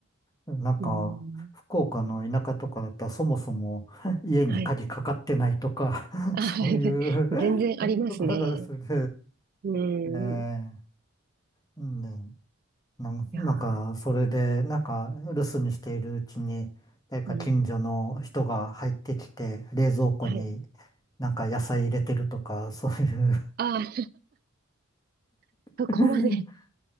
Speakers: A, on the left; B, on the right.
A: え、なんか、
B: うん。
A: 福岡の田舎とかだったらそもそも <laughs> 家に鍵かかってないとか
B: はい。あ、
A: <laughs> そういう
B: <laughs> はい。<laughs> 全然ありますね。
A: <laughs> ところがあるそれで、
B: う
A: ええ、
B: ん。い
A: うんね、なん、
B: やー、
A: なんか、それで、なんか、留守にしているうちに、誰か近所の人が入ってきて、
B: うん。
A: 冷蔵庫に
B: はい。
A: なんか野菜入れてるとか、そういう
B: あー、<laughs> そこまで。
A: <laughs>